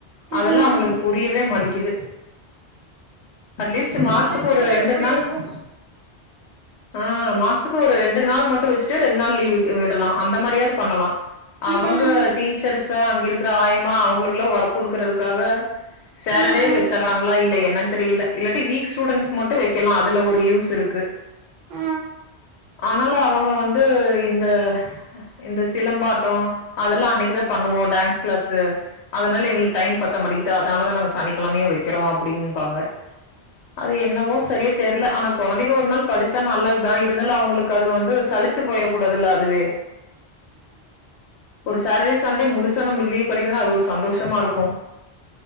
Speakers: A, on the right; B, on the left.
A: ம்ஹூம்
B: அதெல்லாம் அவங்களுக்கு புரியவே மாட்டிங்கிது அட்லீஸ்ட் மாசத்துக்கு
A: காலேஜுக்கெல்லா
B: ஒரு ரெண்டு
A: எப்டி
B: நாள்
A: இருக்கு
B: ஆ மாசத்துக்கு ஒரு ரெண்டு ரெண்டு நாள் மட்டும் வச்சுட்டு ரெண்டு நாள் லீவு விடலாம் அந்த மாரியாவது பண்ணலாம் அவங்க
A: ம்ஹூம்
B: டீச்சர்ஸ்சு அங்கிரு இரு ஆயமா அவங்களுக்குல்லாம் ஒர்க் கொடுக்குறதுக்காக சேட்டர்டே
A: ம்ஹூம்
B: வச்சறாங்களா இல்லைய என்ன தெரியல இல்லாடி வீக் ஸ்டுடென்ட்ஸ் மட்டும் வைக்கலாம் அதுல ஒரு யூஸ் இருக்கு
A: இது
B: ஆனால அவங்க வந்து இந்த இந்த சிலம்பாட்டம் அதெல்லாம் அன்னைக் இத பண்ணுவோ டான்ஸ் கிளாசு அதனால எங்ளுக்கு டைம் பத்த மட்டிக்குது அதனாலதா நாங்க சனிக்கிழமையே வைக்கிறோ அப்பிடின்பாங்க அது என்னவோ சரிய தெர்ல ஆனா கொழந்தைக ஒரு நாள் படிச்சா நல்லது தா இருந்தாலு அவங்ளுக்கு அது வந்து சலிச்சு போயிட கூடாதுல்ல அதுவே ஒரு சாட்டடே சண்டே முழுசா நம்ளுக்கு லீவ் கெடைக்குதுனா அது ஒரு சந்தோஷமாருக்கு